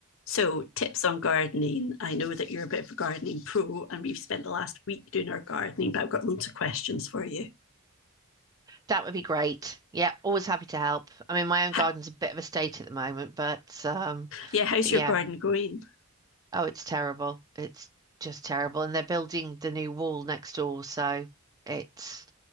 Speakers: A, on the left; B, on the right.
A: So, tips on gardening. I know that you're a bit of a gardening pro, and we've spent the last week doing our gardening, but I've got loads of questions for you.
B: That would be great. Yeah, always happy to help. I mean, my own garden's
A: Ha-
B: a bit of a state at the moment, but um,
A: yeah, how's
B: but yeah.
A: your garden going?
B: Oh, it's terrible. It's just terrible. And they're building the new wall next door, so it's